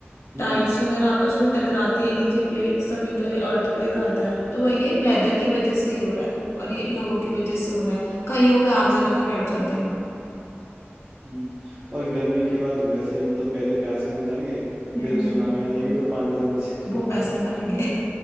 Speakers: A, on the right; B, on the left.
A: हम्म
B: टाइड्स वगैरह आपस में टकराती है नीचे प्लेट्स तभी तो ये अर्थक्वेक आता है तो वही ये वेदर की वजह से ही हो रहा है और ये लोगों की वजह से हो रहा है कईयों पे आग जला के बैठ जाते हैं
A: हम्म। और गर्मी के बाद वैसे ही मतलब पहले प्यास से मर जाएंगे
B: हम्म
A: फिर सुनामी आ जाएगी तो पानी से मर जाएंगे
B: वो वैसे
A: <laughs>
B: मरेंगे